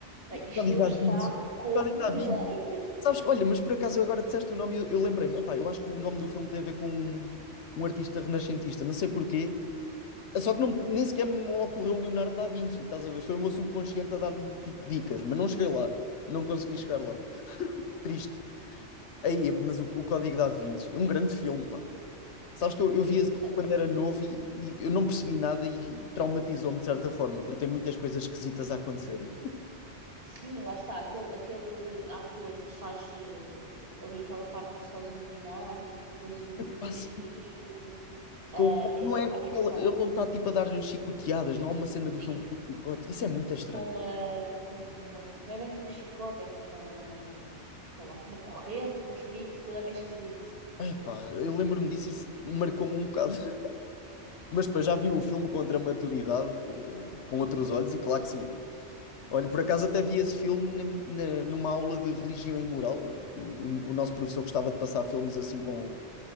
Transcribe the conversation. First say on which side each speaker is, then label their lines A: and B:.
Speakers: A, on the right; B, on the left.
A: Bem, isto
B: Código
A: hoje
B: da Vinci.
A: está com
B: Código da
A: um delay.
B: Vinci. Sabes, que- olha, mas por acaso agora disseste o nome e eu, eu lembrei-me. Epá, eu acho que o nome do filme tem a ver com um, um artista renascentista, não sei porquê. Só que não, nem sequer me ocorreu Leonardo da Vinci, estás a ver? Foi o meu subconsciente a dar-me tipo dicas, mas não cheguei lá. Não consegui chegar lá. Triste. Aí, mas o, o Código da Vinci, um grande filme, pá. Sabes que eu,
A: Sim,
B: eu vi
A: eu
B: esse
A: gostei.
B: filme quando era novo e, e eu não percebi nada e traumatizou-me de certa forma, porque tem muitas coisas esquisitas a acontecerem.
A: Sim, lá está, aquele, aquele ator que faz eh, ali aquela parte a roçar os Illuminati e depois o, o castigo.
B: Quase,
A: ah,
B: com- com-
A: é,
B: não é
A: é pá,
B: aquela,
A: é pesado.
B: ele não está tipo a dar chicoteadas, não há uma cena do
A: Sim,
B: filme com chicote. Isso é muito estranho.
A: com uma, com uma. Não é bem com um chicote, é com uma. Sei lá, com uma corrente, com uns picos, aquilo é meio esquisito.
B: Epá, eu lembro-me disso e isso marcou-me um bocado. <laughs> Mas depois já vi o filme contra a maturidade, eh, com outros olhos, e claro que sim. Olha, por acaso até vi esse filme na- na- numa aula de religião e moral. Olha, o, o nosso professor gostava de passar filmes assim com,